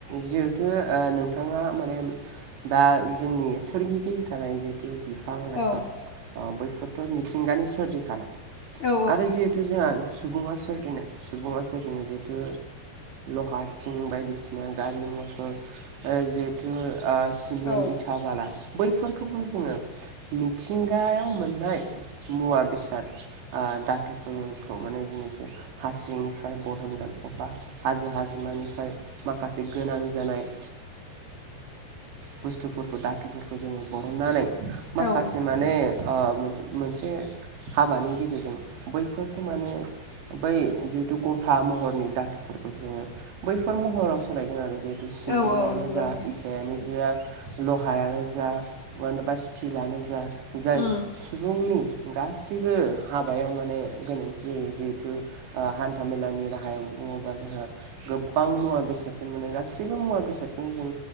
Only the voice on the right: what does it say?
जिहेथु ओ नोंथाङा माने दा जोंनि सोरगिदिं थानाय जि बिफां लाइफां
बैफोरथ' मिथिंगानि सोरजिखानाय
आरो जि जोंहा सुबुङा सोरजिनाय सुबुा सोरजिनाय जिहेथु फाथिं बायदिसिना गारि मथर जिहेथु औ सिमेन्ट
इथा बाला बैफोरखौबो जोङो मिथिंगायाव मोननाय मुवा बेसाद ओ दाथुफोरखौ माने जेखु हांनिफ्राय बरहनगोन अबबा हाजो हाजो हाजोमानिफ्राय माखासे गोनां जानाय बुस्थुफोरखौ दाथुफोरखौ जोङो बरननानै माखासे
माने ओ मोनसे हाबानि गेजेरजों बैफोरखौ माने बै जिहेथु गथा महरनि दाथुफोरखौ जोङो बैफोर महराव सोलायदों आरो जिहेतु सिमेन्टानो
जा
इथायानो जा लहायानो जा मबा स्टिलानो जा जाय
सुबुंनि गासैबो हाबायाव माने गोनांथि जायो जिहेथ ओ हान्था मेलानि राहायाव बुङोबा जोंहा गोबां मुवा बेसादखौ माने गाैबो मुवा बेसादखौनो जों